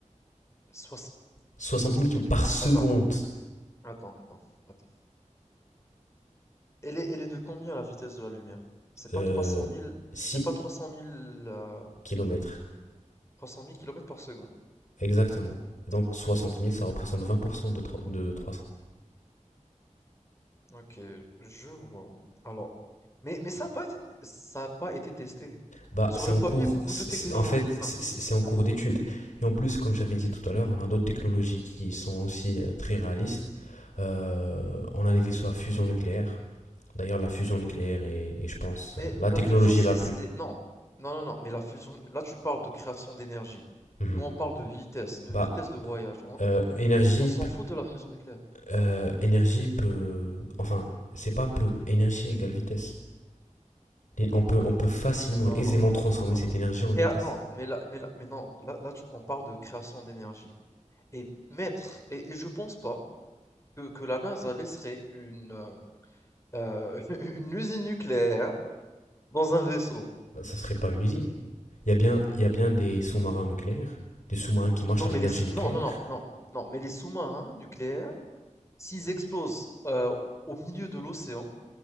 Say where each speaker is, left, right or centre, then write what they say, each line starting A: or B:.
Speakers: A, on the left; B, on the left.
A: Soix-
B: 60 000 km
A: Ok.
B: par seconde.
A: Attends, attends, attends, attends, attends. Elle est elle est de combien la vitesse de la lumière? C'est pas
B: Euh,
A: trois cent mille,
B: 6
A: c'est pas trois cent mille, euh,
B: km
A: trois cent mille kilomètres par seconde.
B: Exactement. Donc 60 000, ça représente 20% de, tro- de 300.
A: Ok, je vois. Alors, mais, mais ça n'a pas été, ça a pas été testé.
B: Bah,
A: Sur
B: c'est
A: le
B: en
A: papier,
B: cours,
A: beaucoup
B: c'est-
A: de technologies.
B: en fait, c'est-
A: bah,
B: c'est en cours d'étude. Et en plus, comme j'avais dit tout à l'heure, on a d'autres technologies qui sont aussi euh, très réalistes. Euh, on a les vaisseaux à fusion nucléaire. D'ailleurs, la fusion nucléaire est, est, je pense,
A: mais
B: euh, la
A: la
B: technologie
A: fusion, c'est,
B: la plus.
A: c'est- non, non, non, non. Mais la fusion, là, tu parles de création d'énergie.
B: Mhm.
A: Nous, on parle de vitesse, de
B: Bah,
A: vitesse de voyage. On,
B: euh, énergie,
A: on s'en fout de la fusion nucléaire.
B: euh, énergie peut, enfin, c'est pas peu. Énergie égale vitesse. On peut, on peut facilement,
A: Non, non,
B: aisément
A: non, non, non,
B: transformer
A: non,
B: cette
A: non.
B: énergie en vitesse.
A: Créa- non, mais là, mais là, mais non. Là, là, tu- on parle de création d'énergie. Et mettre et et je pense pas que que la NASA laisserait une, heu heu, <laughs> une usine nucléaire dans un vaisseau.
B: bah, ça serait pas une usine. Il y a bien, il y a bien des sous-marins nucléaires, des sous-marins qui marchent
A: Non,
B: à l'énergie
A: mais les sous
B: nucléaire.
A: non, non, non, non, non, mais les sous-marins nucléaires, s'ils explosent, heu, au milieu de l'océan,